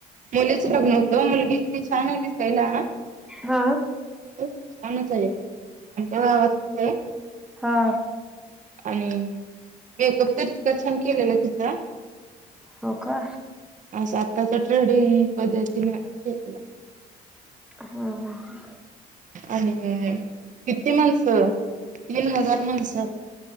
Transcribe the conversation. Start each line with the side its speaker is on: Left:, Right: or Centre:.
Right: मुलीच लग्न होतं मुलगी इतकी छान आहे दिसायला.
Centre: हा.
Right: छानच आहेच्या गावातलीच आहे.
Centre: हा
Right: आणि मेकअप तर इतका छान केलेला तिचा
Centre: हो का
Right: असं आताच्या ट्रेडिंग पद्धतीने केलेलं.
Centre: हा हा ह
Right: आणि किितती माणसं म हजार माणस